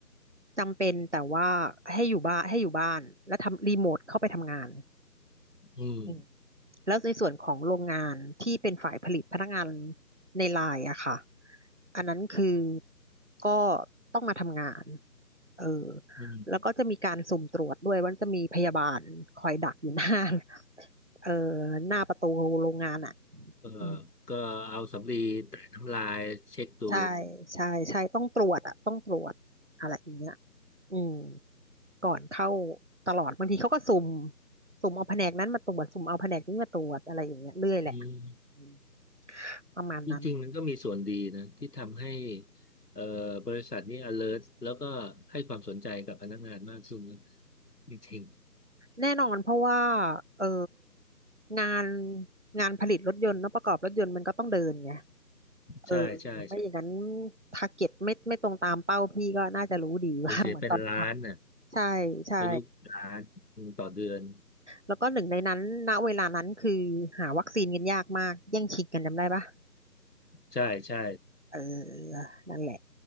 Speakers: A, on the right; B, on the left.
A: จำเป็นแต่ว่าให้อยู่บ้านให้อยู่บ้านแล้วทำรีโมทเข้าไปทำงาน
B: อืม
A: อืมแล้วในส่วนของโรงงานที่เป็นฝ่ายผลิตพนักงานในไลน์อะค่ะอันนั้นคือก็ต้องมาทำงานเออ
B: อืม
A: แล้วก็จะมีการสุ่มตรวจด้วยว่าจะมีพยาบาลคอยดักอยู่หน้า <laughs> เออหน้าประตูโรงงานอะ
B: เออ
A: อืม
B: ก็เอาสำลีแตะน้ำลายเช็คดู
A: ใช่ใช่ใช่ต้องตรวจอะต้องตรวจอะไรอย่างเงี้ยอืมก่อนเข้าตลอดบางทีเขาก็สุ่มสุ่มเอาแผนกนั้นมาตรวจสุ่มเอาแผนกนี้มาตรวจอะไรอย่างเงี้ยเรื่อยแหละ
B: อืม
A: อืมประมาณนั้น
B: จริงๆมันก็มีส่วนดีนะที่ทำให้เอ่อบริษัทนี้ alert แล้วก็ให้ความสนใจกับพนักงานมากขึ้นนะจริง
A: แน่นอนเพราะว่าเอองานงานผลิตรถยนต์เนอะประกอบรถยนต์มันก็ต้องเดินไง
B: ๆใช่ใช่
A: เออไม่อย่างนั้นทาร์เก็ตไม่ไม่ตรงตามเป้าพี่ก็น่าจะรู้ดีว่า
B: สูญเสียเป็นล้านน่ะ
A: <laughs> เหมือนตอนที่ทำใช่ใช่
B: ไม่รู้กี่ล้านอืมต่อเดือน
A: แล้วก็หนึ่งในนั้นณเวลานั้นคือหาวัคซีนกันยากมากแย่งชิงกันจำได้ปะ
B: ใช่ใช่
A: เออนั่นแหละ